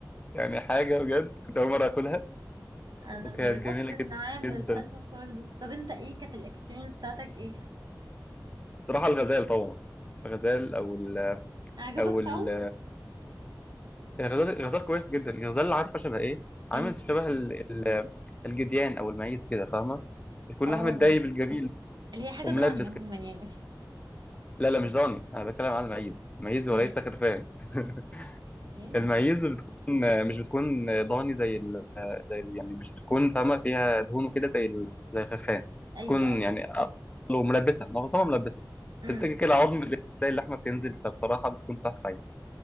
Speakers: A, on the left; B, on the right.
A: يعني حاجه بجد كنت اول مره اكلها
B: انا
A: وكانت
B: جربت
A: جميله
B: النعام
A: جدا جدا
B: للاسف برضه طب انت ايه كانت الاكسبيرينس بتاعتك ايه
A: بصراحه الغزال طبعا الغزال او ال...
B: عجبك
A: او ال...
B: طعمه
A: الغزال الغزال كويس جدا الغزال عارفه شبه ايه عامل
B: ايه
A: شبه ال... ال... الجديان او المعيز كده فاهمه يكون
B: اه
A: لحم الدايب الجميل
B: اللي هي حاجه
A: وملبس
B: ضاني عموما
A: كده
B: يعني
A: لا لا مش ضاني انا بتكلم عن المعيز المعيز
B: امم
A: وليس خرفان <laughs>
B: يعني
A: المعيز بتكون مش بتكون ضاني زي ال... زي ال... يعني مش بتكون فاهمه فيها دهون كده زي ال... زي الخرفان
B: ايوه
A: بتكون
B: ايوه
A: يعني اقله ملبسه معظمها ملبسه
B: امم
A: تمسكي كده عظم بتلاقي بتلاقي اللحمه بتنزل فبصراحه بتكون تحفه يعني